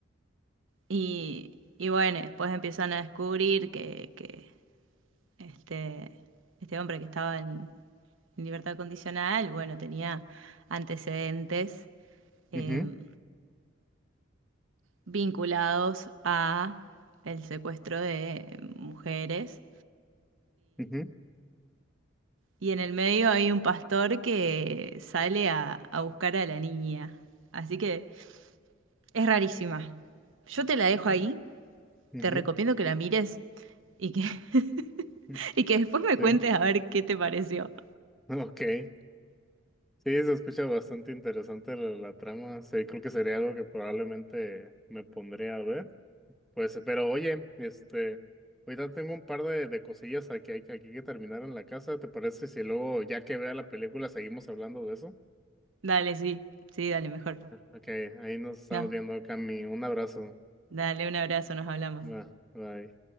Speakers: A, on the right (about 75°); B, in the centre.
A: y, y bueno, y después empiezan a descubrir que, que este, este hombre que estaba en, en libertad condicional, bueno, tenía antecedentes em,
B: ujú,
A: vinculados a el secuestro de mujeres
B: ujú,
A: Y en el medio hay un pastor que sale a, a buscar a la niña. Así que es rarísima. Yo te la dejo ahí,
B: ujú,
A: te recomiendo que la mires y que, <laughs>
B: ujú.
A: y que después me
B: Sí,
A: cuentes a ver qué te pareció.
B: ok. Sí, se escucha bastante interesante la, la trama. Sí, creo que sería algo que probablemente me pondría a ver. Pues, pero oye, este, ahorita tengo un par de, de cosillas aquí, aquí aquí que terminar en la casa. ¿Te parece si luego, ya que vea la película, seguimos hablando de eso?
A: Dale, sí, sí, dale, mejor.
B: Ok, ahí nos estamos
A: No,
B: viendo, Cami. Un abrazo.
A: dale un abrazo, nos hablamos.
B: Bye. bye.